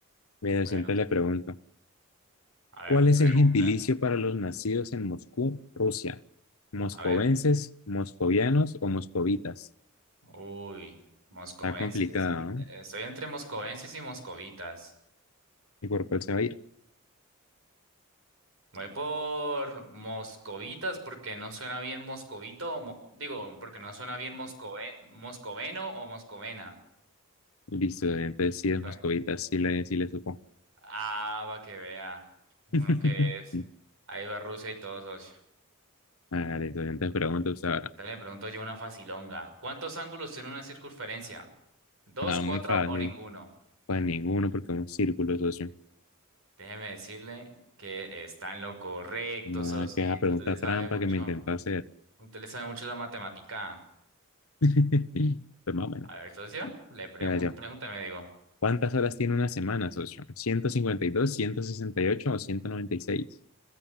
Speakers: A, on the left; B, on the right.
A: Mira,
B: Bueno,
A: yo entonces le pregunto,
B: a ver,
A: ¿cuál es
B: pregunta.
A: el gentilicio para los nacidos en Moscú, Rusia? ¿Moscovenses,
B: A ver,
A: moscovianos o moscovitas?
B: uy, moscovenses.
A: Está complicada,
B: en-
A: ¿no?
B: Estoy entre moscovenses y moscovitas.
A: ¿Y por cuál se va a ir?
B: Voy por moscovitas porque no suena bien moscovito, o mo- digo, porque no suena bien moscove- moscoveno o moscovena.
A: Listo, entonces sí es
B: Bueno,
A: moscovitas, sí le, sí le supo.
B: ah, va que vea. Uno
A: <laughs>
B: que es. Ahí va Rusia y todo, socio.
A: Hágale, socio. Entonces pregunta usted ahora.
B: Dale, pregunto yo una facilonga. ¿Cuántos ángulos tiene una circunferencia? ¿Dos,
A: Ah,
B: cuatro
A: muy fácil.
B: o ninguno?
A: Pues ninguno, porque es un círculo, socio.
B: Déjeme decirle que está en lo correcto,
A: Nada
B: socito.
A: que esa pregunta
B: Usted le sabe
A: trampa
B: mucho.
A: que me intentó hacer.
B: Usted le sabe mucho la matemática.
A: <laughs> Pues más o menos.
B: A ver, socio, le pregunto,
A: Mira, yo.
B: pregúntame, digo.
A: ¿Cuántas horas tiene una semana, socio? Ciento ciento cincuenta y dos, ciento sesenta y ocho o 196.